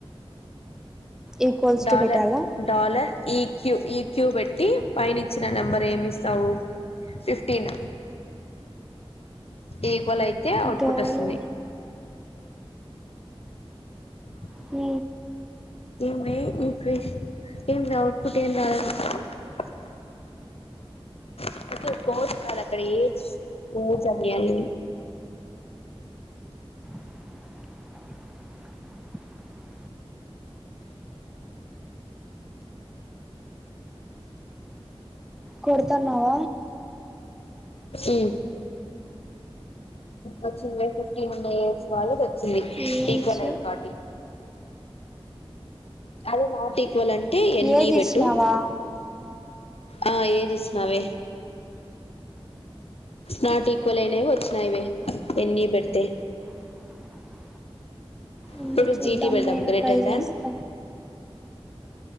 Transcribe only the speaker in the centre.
ఈక్వల్స్
టు పెట్టాలా
డాలో
హు
<inaudible> <inaudible> కొడతన్నావ
ఏజ్
ఏది
ఇచ్చినావా
<inaudible> ఉండి
చూద్దాం
నేను
ట్రై చేస్త